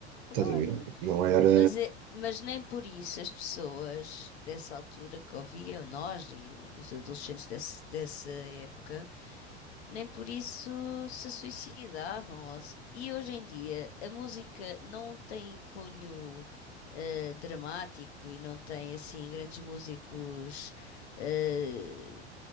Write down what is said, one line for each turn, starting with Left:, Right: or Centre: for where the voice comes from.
Right: estás
Left: claro,
Right: a ver? Não era.
Left: mas, é- mas nem por isso as pessoas dessa altura que ouviam, nós e os adolescentes desse- dessa época, nem por isso se suicidavam. ou se- E hoje em dia a música não tem cunho eh, dramático e não tem assim grandes músicos eh,